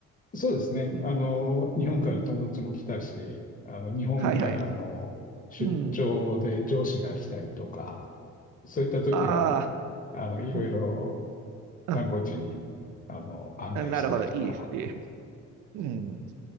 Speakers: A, on the left; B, on the right.
A: あ、そうですね。
B: うん、
A: あの、日本から友達も来たし、
B: うん、
A: あの、日本からあの、
B: はいはい。
A: 出張で上司が来たりとか、
B: うん、
A: そういった時は、
B: ああ、
A: あの、いろいろ
B: うん、あ、
A: 観光地に、あの、案内したりとか、
B: なるほど、いいですね。うん。